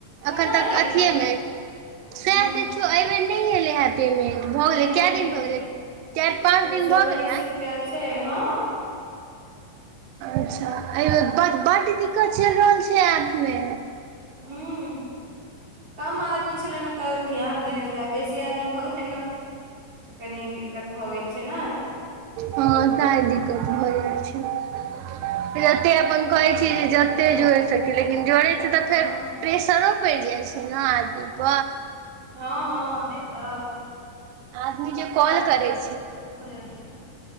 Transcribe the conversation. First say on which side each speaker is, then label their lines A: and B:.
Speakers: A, on the right; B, on the right.
A: कहाँ
B: अखन तक
A: एलै
B: अथिये
A: अभी
B: मे अछि स‌एह
A: हूँ
B: देखियौ एहि बेेर नहि एलै है पेमेंट भऽ
A: नहि
B: गेलै क‌ए
A: एलै अभी
B: दिन भऽ
A: तक
B: गेलै चारि पाँच
A: दू
B: दिन
A: सए
B: भऽ
A: उन्नैस
B: गेलै
A: रुपआ छै हँ
B: अच्छा अ ब बड्ड दिक्कत चलि रहल छै आपमे
A: ह्म कम आदमी छलै ने तऽ ध्यान देने छलै बेसी आदमी भऽ गेलै ने तऽ कनी दिक्कत भऽ गेल छै ने
B: हँ ताहि दिक्कत भ जाइ छै जते अपन कहै छी जे जते जोड़ि सकी लेकिन जोड़ै छी तऽ
A: हँ
B: फेर प्रेस सरो पड़ि जाइ छै ने आदमीप
A: हँ हँ नहि तऽ
B: आदमी जे
A: त
B: कॉल
A: धीरो
B: करै
A: कत अथि कर छै ने